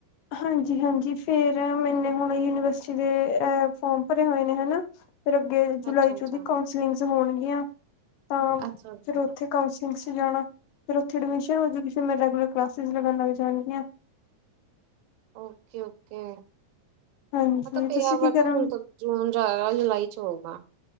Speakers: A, on the left; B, on the right.
A: ਹਾਂਜੀ -ਹਾਂਜੀ ਫਿਰ ਮੈਨੇ ਹੁਣ ਯੂਨੀਵਰਸਿਟੀ ਦੇ ਫੋਮ ਭਰੇ ਹੋਏ ਨੇ ਹਨਾ। ਫਿਰ ਅੱਗੇ ਜੁਲਾਈ
B: ਅੱਛਾ
A: 'ਚ
B: ਅੱਛਾ
A: ਉਹਦੀ ਕਾਂਸਲਿੰਗਸ ਹੋਣਗੀਆਂ। ਤਾਂ
B: ਅੱਛਾ ਅੱਛਾ
A: ਫਿਰ ਉੱਥੇ ਕਾਂਸਲਿੰਗ 'ਚ ਜਾਣਾ ਫਿਰ ਉੱਥੇ ਐਡਮਿਸ਼ਨ ਜ ਮੈਂ ਰੈਗੂਲਰ ਕਲਾਸ ਲਗਾਨ ਲੱਗ ਜਾਣਗੀਆਂ।
B: ਓਕੇ- ਓਕੇ
A: ਹਾਂਜੀ
B: ਪਤਾ ਪਿਆ
A: ਤੁਸੀਂ ਕੀ
B: ਵਟ
A: ਕਰੋਗੇ?
B: ਹੁਣ ਤ ਜੂਨ ਜੁਲਾਈ 'ਚ ਹੋਊਗਾ।